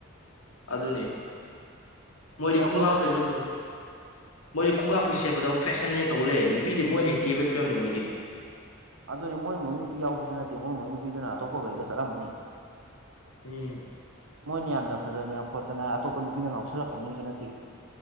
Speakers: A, on the left; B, on the right.
A: ꯑꯗꯨ ꯑꯗꯨꯅꯦ ꯃꯣꯏꯗꯤ
B: ꯁꯤ ꯑꯩꯈꯣꯏꯕꯨ
A: ꯈꯨꯡꯒꯥꯒꯗ꯭ꯔꯁꯨ
B: ꯁꯥꯏꯁꯨ
A: ꯍꯪꯉꯨ ꯃꯣꯏꯗꯤ ꯈꯨꯡꯒꯥ ꯐ ꯁꯦꯝꯕꯗ ꯐꯦꯁꯟꯅꯦ ꯇꯧ ꯂꯩ ꯅꯨꯄꯤꯗꯤ ꯃꯣꯏꯅ ꯍꯦꯛ ꯀꯦꯕꯒꯤ ꯐꯤꯕꯝꯅꯦ ꯃꯣꯏꯗꯤ
B: ꯑꯗꯨꯅꯦ ꯃꯣꯏ ꯃꯣꯏ ꯅꯨꯄꯤ ꯌꯥꯎꯕꯁꯨ ꯅꯠꯇꯦ ꯃꯣꯏ ꯃꯣꯏ ꯅꯨꯄꯤꯗꯨꯅ ꯑꯇꯣꯞꯄꯈꯩꯒ ꯆꯠꯂꯝꯃꯅꯤ
A: ꯎꯝ
B: ꯃꯣꯏꯅꯤ ꯌꯥꯝꯝ ꯅ ꯐꯖꯗꯅ ꯈꯣꯠꯇꯅ ꯑꯇꯣꯞꯄ ꯅꯨꯄꯤꯅ ꯉꯥꯎꯁꯜꯂꯛꯀꯅꯤꯁꯨ ꯅꯠꯇꯦ